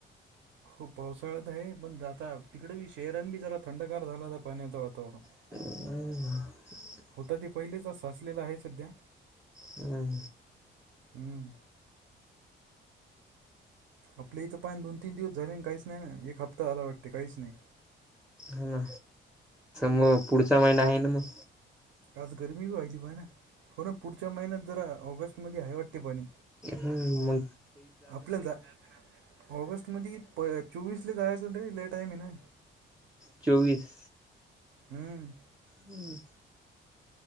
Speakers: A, on the right (about 80°); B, in the centre.
A: हो पावसाळ्यात आहे, पण जाता तिकडे बी शहरन बी जरा थंडगार झाला तर पाण्याचं वातावरण.
B: हम.
A: कुठं ते पहिलीचच साचलेल आहे सध्या,
B: पण
A: हम्म. आपले इथं पान दोन तीन दिवस झाले काहीच नाही ना, एक हप्ता झाला वाटते काहीच नाही.
B: हन मग <unintelligible> पुढचा महिना आहे ना मग.
A: आज गरमी होऊ राहिली होना, पण पुढच्या महिन्यात जरा ऑगस्ट मध्ये आहे वाटते पाणी.
B: हम म.
A: आपल्या ऑगस्ट मदि चोवीस ला जायचं रे, ले टाईम आहे ना?
B: चोवीस.
A: हम्म.
B: हम्म.